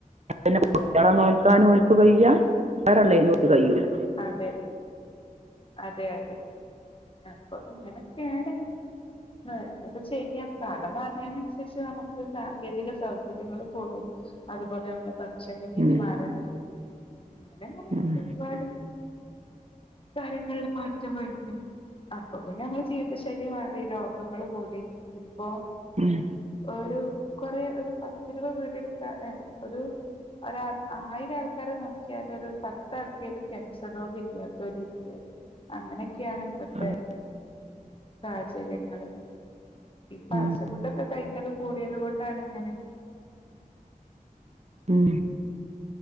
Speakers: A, on the right (about 50°); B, on the left (about 40°).
A: െകുട്ടികള നോൽക്കാനുംക്ക് വയ്യ വേറെ ള്ളിനക്ക് കയൂലല്ല
B: അതെ അതെ അതെ അപ്പൊ ഇങ്ങനൊക്കെയാണ്. ആഹ എന്തപ്പോ ചെയ്യാ കാലംമാറ്ന്നെ അൻസരി - നമുക്ക് സാങ്കേതിക സൗകര്യങ്ങൾ കൂടും അതുപോലെ നമ്മുടെ ഭക്ഷണ
A: ഉം
B: രീതി മാറരത് അങ്ങനെങ്ങനെ
A: ഉം
B: ഒരുപാട് കാര്യങ്ങളില് മാറ്റം വരണം അപ്പൊ പിന്നെ നമ്മൾ ജീവിത ശൈലി മാറി രോഗങ്ങ ള്കൂടി ഇപ്പൊ
A: ഉം
B: ഒരു കൊറെ ഒരു പത്ത്ഇരുപത് വീടെടുത്ത ഒരു ഒ ആയിര ആൾക്കാരെ നോക്കിയാൽ ഒരു പത്ആൾ ക്കേലും ക്യാൻസർ രോഗം ഇല്ല തൊല്ഇല്ല അങ്ങനെയൊക്കെയാണ് ഇപ്പത്തെ
A: ഉം
B: സാഹചര്യങ്ങള് ഈ ഫാസ്റ്റ്
A: ഉം
B: ഫുഡ ഒക്കെ കഴിക്കല് കൂടിയത് കൊണ്ടാണ് ഇങ്ങനെ റ
A: ഉം